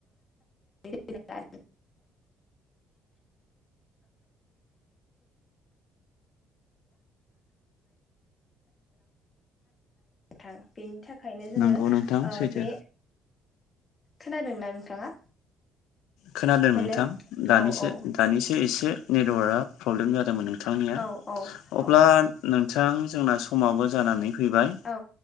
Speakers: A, on the left; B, on the left.
A: <unintelligible> थां बेनि थाखायनो जोङो
B: नंगौ नोंथां
A: ओ
B: सैथो
A: बे खोनादों ना नोंथाङा
B: खोनादों
A: हेलौ
B: नोंथां दानिसो
A: औ औ
B: दानिसो एसे नेटवार्कआ प्रब्लेम जादोंमोन नोंथांनिया
A: औ औ
B: अब्ला
A: औ
B: नोंथां जोंना समाबो जानानै फैबाय
A: औ